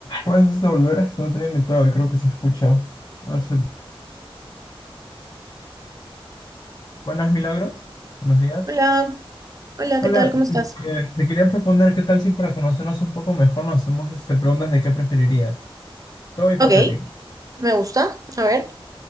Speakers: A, on the left; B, on the right.
A: ¿Puedes devolver? Este No tenía mutado y creo que se escucha. A ver si- Buenas, Milagros. Buenos días.
B: Hola, hola, ¿qué
A: Hola,
B: tal? ¿Cómo estás?
A: eh, te quería proponer qué tal si para conocernos un poco mejor nos hacemos este, preguntas de qué preferirías. Todo hipotético.
B: Ok, me gusta. A ver.